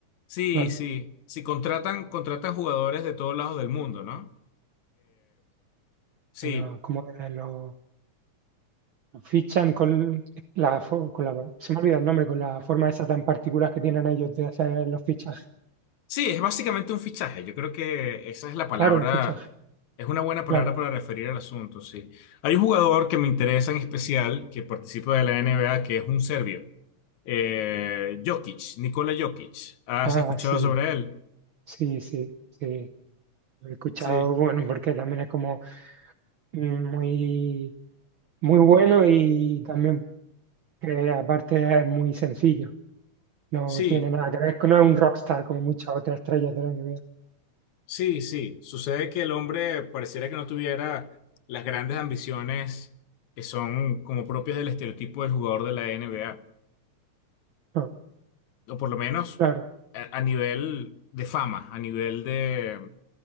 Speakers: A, on the left; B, on the right.
A: sí,
B: Claro.
A: sí, sí, contratan, contratan jugadores de todos lados del mundo, ¿no? Sí,
B: Se lo- como eh, lo, lo fichan con la, for- con la, se me olvida el nombre, con la forma esa tan particular que tienen ellos de hacer los fichajes.
A: sí, es básicamente un fichaje. Yo creo que esa es la palabra,
B: Claro, un fichaje,
A: es una buena palabra
B: claro.
A: para referir al asunto, sí. Hay un jugador que me interesa en especial, que participa de la NBA, que es un serbio. Eh, Jokic, Nikola Jokic. ¿Has
B: Ah,
A: escuchado
B: sí,
A: sobre él?
B: sí, sí, sí. Lo he escuchado,
A: Sí.
B: bueno, porque también es como mm, muy, muy bueno y también que aparte es muy sencillo. No
A: Sí,
B: tiene nada que ver, con- no es un rockstar como muchas otras estrellas de la NBA.
A: sí, sí. Sucede que el hombre pareciera que no tuviera las grandes ambiciones que son como propias del estereotipo del jugador de la NBA.
B: No,
A: o por lo menos
B: claro.
A: a, a nivel de fama, a nivel de,